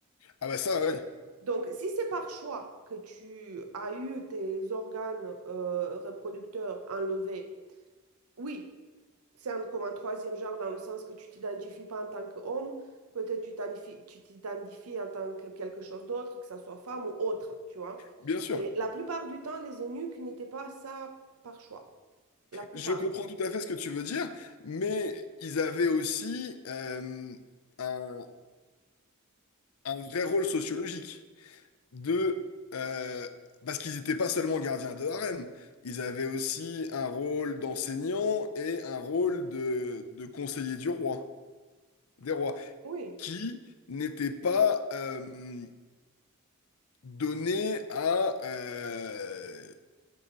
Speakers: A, on the left (about 70°); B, on the right (about 90°).
A: Ah bah ça, oui,
B: Donc, si c'est par choix que tu as eu tes organes euh, reproducteurs enlevés Oui, c'est un- comme un troisième genre dans le sens que tu t'identifies pas en tant qu'homme, peut-être tu t'identifies, tu t'identifies en tant que quelque chose d'autre, que ça soit femme ou autre, tu vois.
A: bien sûr.
B: Et la plupart du temps, les eunuques n'étaient pas ça par choix. La plupart.
A: Je comprends tout à fait ce que tu veux dire, mais ils avaient aussi euh, un un vrai rôle sociologique. De, euh, parce qu'ils n'étaient pas seulement gardiens de harem, ils avaient aussi un rôle d'enseignant et un rôle de, de conseiller du roi, des rois,
B: Oui.
A: qui n'était pas euh, donné à euh,